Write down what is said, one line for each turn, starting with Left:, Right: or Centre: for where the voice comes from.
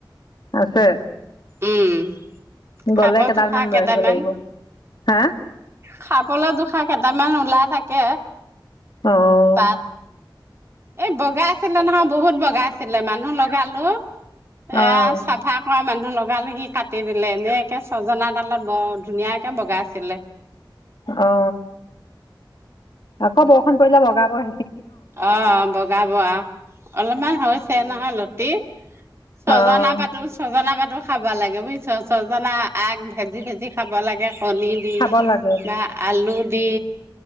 Left: আছে
Right: উম খাব
Left: গ'লে কেইডালমান
Right: জোশাহ কেইটামান
Left: লৈ আহিব লাগিব হা
Right: খাবলৈ জোশাহ কেইটামান ইমান ওলাই থাকে
Left: আহ
Right: পাত এই বগা আছিলে নহয় বহুত বগা লগাইছিলে মানুহ লগালো
Left: অঁ
Right: এয়া চাফা কৰা মানুহ লগালো সি কাটি দিলে এনেকে ছজনাডালত বৰ ধুনীয়াকে বগাইছিলে
Left: অ আকৌ বৰষুণ পৰিলে বগাবই
Right: অ বগাব অলপমান হৈছে নহয় লতি ছজনা
Left: অঁ
Right: পাত ছজনা পাটো খাব লাগে বুজিছা চজনা আগ ভেজি ভেজি খাব লাগে কণি দি
Left: খাব লাগে
Right: বা আলু দি